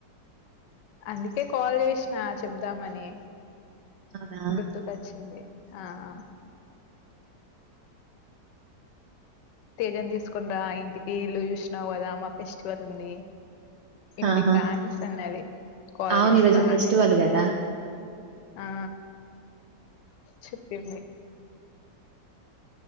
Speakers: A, on the left (about 85°); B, on the right (about 80°).
A: అందుకే కాల్ చేసిన చెప్దామని
B: అవునా?
A: గుర్తుకు అచ్చింది ఆహ
B: <inaudible>
A: తేజను తీసుకునీ రా ఇంటికి ఇల్లు చూసినావు కదా మా ఫెస్టివల్ ఉంది ఇంటికి
B: ఆహా!
A: రా అనేసి అన్నది కాల్
B: అవును
A: చేస్తా
B: ఈరోజు ఫెస్టివల్
A: అనేసి
B: గదా!
A: ఆన్ ఆ చెప్పింది